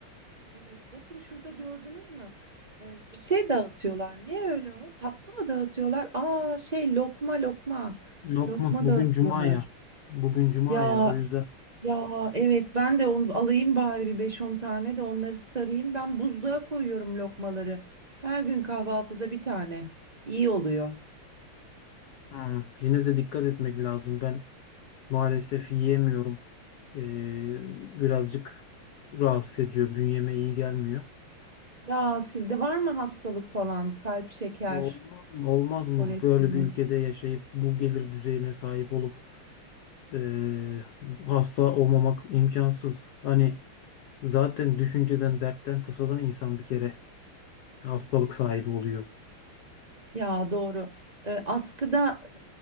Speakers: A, on the right; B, on the left.
A: Evet, bakın şurada gördünüz mü? Ee, bir şey dağıtıyorlar. Ne öyle o? Tatlı mı dağıtıyorlar? Aa şey lokma lokma.
B: Lokma
A: Lokma
B: bugün
A: dağıtıyorlar.
B: cuma ya. Bugün cuma
A: Ya
B: ya. O yüzden
A: ya evet ben de onu alayım bari bir beş on tane de onları sarayım. Ben buzluğa koyuyorum lokmaları. Her gün kahvaltıda bir tane. İyi oluyor.
B: hmm, yine de dikkat etmek lazım. Ben maalesef yiyemiyorum. Ee, birazcık rahatsız ediyor. Bünyeme iyi gelmiyor.
A: Ya sizde var mı hastalık falan? Kalp, şeker,
B: Olmaz mı? Olmaz mı
A: kolesterol?
B: böyle bir ülkede yaşayıp bu gelir düzeyine sahip olup eee, hasta olmamak imkansız. Hani zaten düşünceden, dertten, tasadan insan bir kere hastalık sahibi oluyor.
A: Ya doğru. Ee, askıda